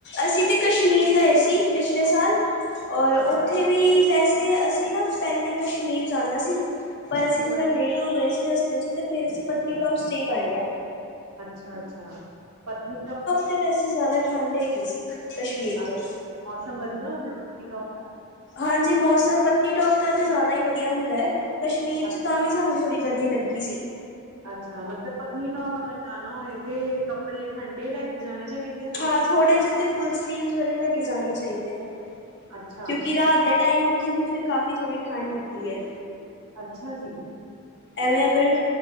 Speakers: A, on the left; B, on the right.
A: ਅਸੀਂ ਤੇ ਕਸ਼ਮੀਰ ਗਏ ਸੀ ਪਿਛਲੇ ਸਾਲ, ਔਰ
B: ਅੱਛਾ
A: ਓਥੇ ਵੀ ਵੈਸੇ ਤੇ ਅਸੀਂ ਨਾ ਪੈਲੇ ਕਸ਼ਮੀਰ ਜਾਣਾ ਸੀ। ਪਰ ਅਸੀਂ
B: ਹੂੰ
A: ਥੋੜਾ ਲੇਟ ਹੋ ਗਏ ਸੀ ਰਸਤੇ 'ਚ, ਤੇ ਫੇਰ ਅਸੀਂ ਪਤਨੀਟੋਪ ਸਟੇਅ ਕਰ ਲਿਆ।
B: ਅੱਛਾ ਅੱਛਾ ਪਤਨੀਟੋਪ
A: ਤੇ ਵੈਸੇ ਜ਼ਾਦਾ ਠੰਡ ਹੈਗੀ ਸੀ। ਕਸ਼ਮੀਰ
B: ਅੱਛਾ-
A: ਤੋਂ।
B: ਮੌਸਮ ਵਧੀਆ ਹੁੰਦਾ ਪਤਨੀਟੋਪ ਦਾ।
A: ਹਾਂਜੀ ਮੌਸਮ ਪਤਨੀਟੋਪ ਦਾ ਤੇ ਜ਼ਾਦਾ ਈ ਵਧੀਆ ਹੁੰਦਾ ਐ। ਕਸ਼ਮੀਰ
B: ਅੱਛਾ
A: 'ਚ ਤਾਂ ਵੀ ਸਾਨੂੰ ਥੋੜ੍ਹੀ ਗਰਮੀ ਲੱਗੀ ਸੀ।
B: ਅੱਛਾ ਮਤਲਬ ਪਤਨੀਟੋਪ ਅਗਰ ਜਾਣਾ ਹੋਏ ਤੇ ਕੱਪੜੇ ਠੰਡੇ ਲੈ ਕੇ ਜਾਣੇ ਚਾਈਦੇ ਆ?
A: ਹਾਂ ਥੋੜੇ ਜੇ ਤੇ ਫੁਲ ਸਲੀਵਸ ਵਾਲੇ ਲੈ ਕੇ ਜਾਣੇ ਈ ਚਾਈਦੇ ਆ,
B: ਅੱਛਾ
A: ਕਿਉਂਕਿ ਰਾਤ ਦੇ ਟਾਈਮ ਓਥੇ ਵੀ ਫੇਰ ਕਾਫੀ ਥੋੜ੍ਹੀ ਠੰਡ ਲੱਗਦੀ ਐ।
B: ਅੱਛਾ ਜੀ।
A: ਐਵੇਂ ਅਗਰ